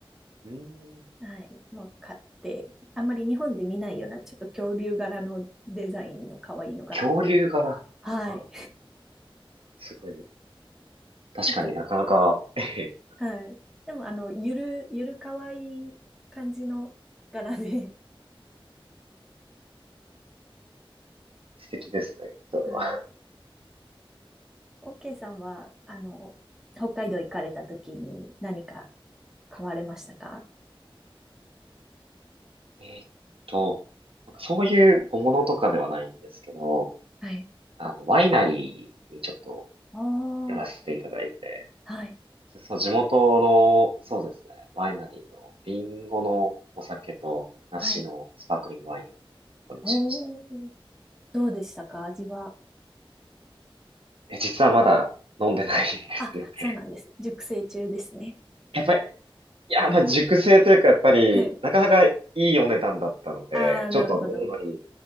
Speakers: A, on the right (about 75°); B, in the centre.
A: う。うーん
B: はい。もう買って、あんまり日本で見ないような、ちょっと恐竜柄のデザインの可愛いのがあって、
A: 恐竜柄。
B: はい。
A: あ、すごい。
B: <laughs>
A: 確かになかなか、
B: ちょっと、
A: えへ
B: はい。でも、あの、ゆる、ゆる可愛い感じの柄で、
A: 素敵ですね、それは。
B: うんオーケーさんは、あの、北海道行かれた時に何か買われましたか
A: えーっと、なんかそういう小物とかではないんですけど、
B: はい。
A: あの、ワイナリーにちょっと
B: ああ
A: 寄らせていただいて、
B: はい。
A: そう、地元の、そうですね、ワイナリーのリンゴのお酒と梨のスパークリングワインを購入しました。
B: はい。おー。どうでしたか味は。
A: え、実はまだ飲んでないんですよね。
B: あ、そうなんです。熟成中ですね。
A: やっぱりいや、まあ、熟成というか、やっぱり、
B: はい。
A: なかなかいいお値段だったので、
B: ああ、なるほど。
A: ちょっと飲むのに